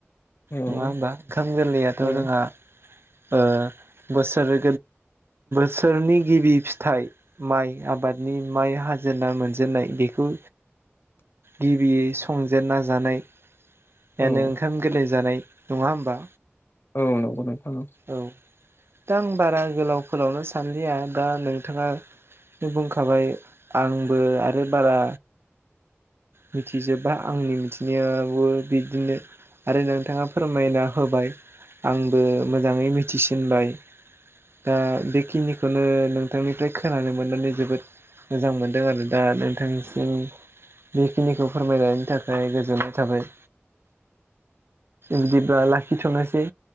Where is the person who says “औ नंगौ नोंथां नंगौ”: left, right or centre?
Left